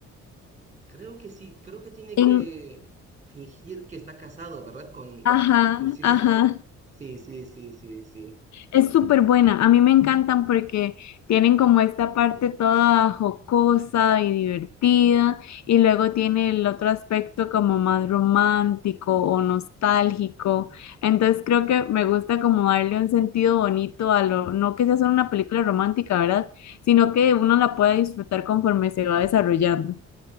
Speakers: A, on the right (about 25°); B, on the left (about 65°).
A: creo que sí, creo que tiene
B: En,
A: que fingir que está casado, ¿verdad? Con
B: ajá,
A: sus hijos.
B: ajá.
A: ado- Sí, sí, sí, sí, sí.
B: Es súper buena, a mí me encantan porque tienen como esta parte toda jocosa y divertida y luego tiene el otro aspecto como más romántico o nostálgico. Entonces creo que me gusta como darle un sentido bonito a lo, no que sea solo una película romántica, ¿verdad? Sino que uno la pueda disfrutar conforme se va desarrollando.